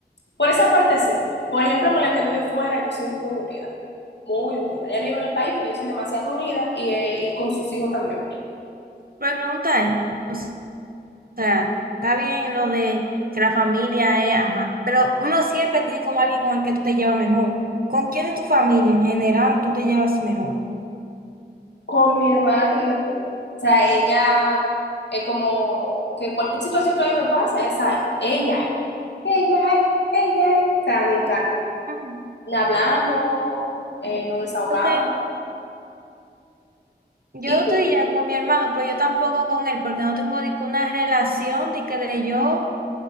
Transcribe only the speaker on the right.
Pero me preguntáis, o sea, está bien lo de que la familia es, ajá, pero uno siempre tiene como alguien con el que tú te llevas mejor. ¿Con quién de tu familia en general tú te llevas mejor?
Ujú.
Ok, yo
te diría con mi hermano, pero yo tampoco con él, porque no tengo ni que una relación de que de yo